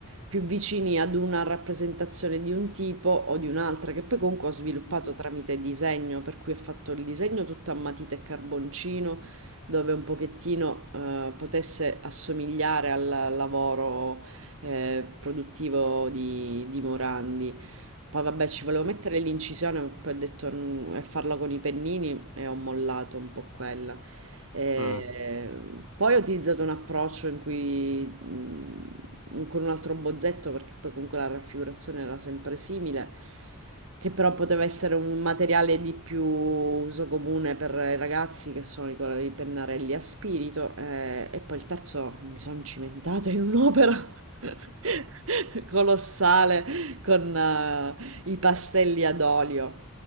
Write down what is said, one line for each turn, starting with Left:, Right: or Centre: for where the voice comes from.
Right: più vicini ad una rappresentazione di un tipo o di un'altra, che poi comunque ho sviluppato
Left: Sì,
Right: tramite disegno, per cui ho fatto il disegno tutto a matita e carboncino, dove un pochettino eh, potesse assomigliare al lavoro eh, produttivo di di Morandi. Poi vabbè, ci volevo
Left: sì.
Right: mettere l'incisione, ma poi ho detto "Mm", e farla con i pennini e ho mollato un po' quella. Eh,
Left: Eh,
Right: poi ho utilizzato un approccio in cui mm, un- con un altro bozzetto, perché poi comunque la raffigurazione era sempre simile, che però poteva essere un materiale di più uso comune per i ragazzi che sono i, co- i pennarelli a spirito. eh, e poi il terzo mi sono cimentata in un'opera <laughs> colossale con, eh, i pastelli ad olio,